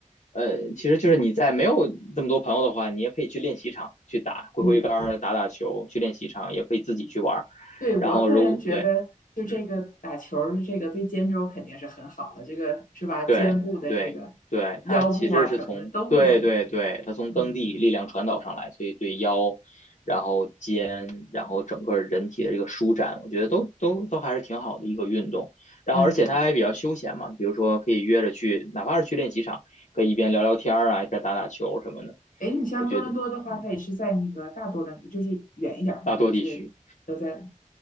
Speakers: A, on the left (about 65°); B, on the left (about 85°).
A: 呃，其实就是你在没有这么多朋友的话，你也可以去练习场去打，挥挥杆儿、
B: 嗯，
A: 打打球，去练习场也可以自己去玩儿。
B: 对，我个人觉得，
A: 然后如果对
B: 就这个打球儿，
A: 嗯，
B: 这个对肩周肯定是很好的，这个是吧？
A: 对对对，
B: 肩部的这个腰部啊什么的都会有一，
A: 它其实是从对对对，它从蹬地力量传导上来，
B: 嗯
A: 所以对腰，然后肩，然后整个人体的这个舒展，我觉得都都都还是挺好的一个运动。然后而且它还比较休闲嘛，
B: 嗯嗯。
A: 比如说可以约着去，哪怕是去练习场，可以一边聊聊天儿啊，一边打打球什么的。
B: 哎，你像多伦多的话，
A: 我觉得，嗯，
B: 它也是在那个大多伦，就是远一点儿吗？
A: 大多地区，
B: 还是都在